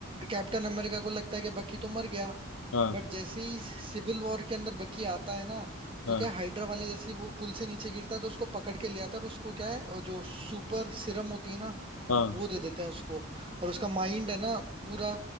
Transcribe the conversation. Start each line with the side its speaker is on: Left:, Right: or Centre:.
Right: कैप्टन अमेरिका को लगता है कि बकी तो मर गया
Left: हाँ
Right: बट जैसे ही सिविल वॉर के अंदर बकी आता है ना
Left: हाँ
Right: तो क्या
Left: हाँ
Right: हाइड्रा वाले जैसे ही वो पुल से नीचे गिरता है तो उसको पकड़ के ले आता है और उसको क्या है और जो सुपर सिरम होती है ना
Left: हाँ।
Right: वो दे देते हैं उसको और उसका माइंड है ना पूरा